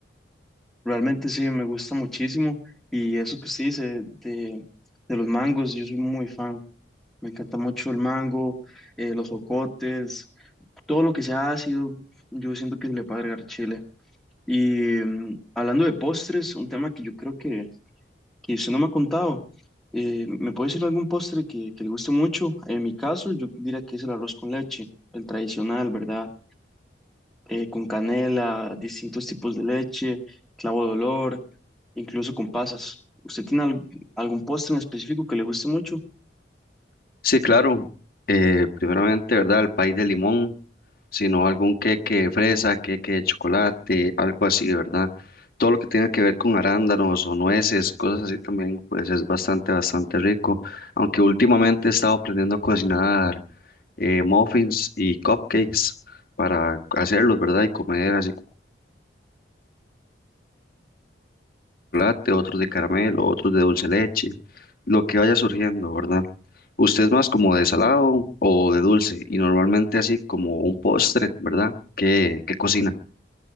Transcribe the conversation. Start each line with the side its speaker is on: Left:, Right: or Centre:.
Centre: Realmente sí, me gusta muchísimo y eso que usted dice de, de los mangos, yo soy muy fan, me encanta mucho el mango, eh, los jocotes. Todo lo que sea ácido, yo siento que se le puede agregar chile. Y mm, hablando de postres, un tema que yo creo que, que usted no me ha contado, eh, ¿me puede decir algún postre que, que le guste mucho? En mi caso, yo diría que es el arroz con leche, el tradicional, ¿verdad? Eh, con canela, distintos tipos de leche, clavo de olor, incluso con pasas. ¿Usted tiene al- algún postre en específico que le guste mucho?
Left: Sí, claro. Eh, primeramente, ¿verdad? El país de limón, sino algún queque de fresa, queque de chocolate, algo así, ¿verdad? Todo lo que tenga que ver con arándanos o nueces, cosas así también, pues es bastante, bastante rico. Aunque últimamente he estado aprendiendo a cocinar eh, muffins y cupcakes para hacerlos, ¿verdad? Y comer así chocolate, otros de caramelo, otros de dulce leche, lo que vaya surgiendo, ¿verdad? Usted es más como de salado o de dulce y normalmente así como un postre, ¿verdad? ¿Qué, qué cocina?